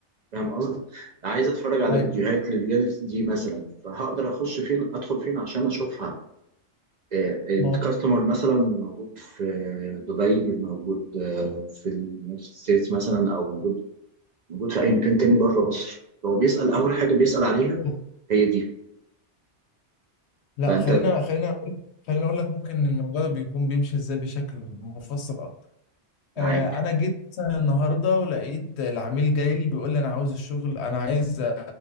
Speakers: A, on the right; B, on the left.
A: فاهم قصدي؟ عايز اتفرج على
B: ايوه
A: فيديوهات لليونتس دي مثلا فهقدر اخش فين ادخل فين عشان اشوفها آه، الكاستمر
B: ما
A: مثلا موجود في دبي موجود آه، في اليونايتد ستيتس مثلا او موجود موجود في اي مكان تاني بره مصر هو بيسأل اول حاجة بيسأل عليها
B: هو
A: هي دي
B: لا
A: فانت
B: خلينا خلينا أقول- خلينا اقول لك ممكن الموضوع ده بيكون بيمشي ازاي بشكل مفصل اكتر
A: معاك
B: آه انا جيت مثلا النهارده ولقيت العميل جاي لي بيقول لي انا عاوز الشغل انا عايز آه،